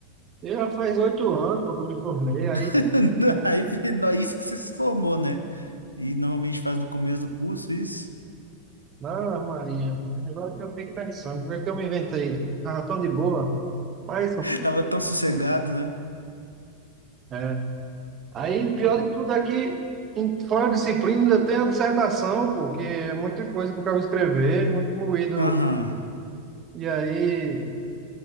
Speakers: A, on the right; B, on the left.
A: eu já faz oito anos porque eu me formei, aí
B: <laughs> Aí, fi- nó- isso que você se formou, né? E normalmente faz no começo do curso, isso.
A: na Maria. Agora que eu fico pensando, porque que eu me inventei? Ah, tão de boa, mas
B: Tava tão sossegado, né?
A: é, Aí o pior
B: O-
A: de tudo é que em- fora a disciplina ainda tem a dissertação, porque é muita coisa para o cara escrever, muito moído.
B: Aham.
A: E aí,